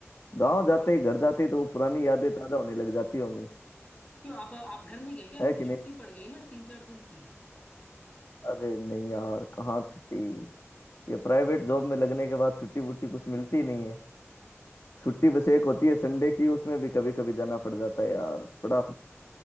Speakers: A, on the left; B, on the left.
A: गांव जाते
B: आ,
A: ही घर जाते ही तो वो पुरानी यादें ताजा होने लग जाती होंगी
B: क्यों आप आप घर नहीं गए क्या अभी
A: है
B: तो
A: कि
B: छुट्टी
A: नहीं
B: पड़ गई ना तीन चार दिन की
A: अरे नहीं यार कहाँ छुट्टी ये प्राइवेट जॉब में लगने के बाद छुट्टी वुट्टी कुछ मिलती ही नहीं है छुट्टी बस एक होती है संडे की उसमें भी कभी कभी जाना पड़ जाता है यार बड़ा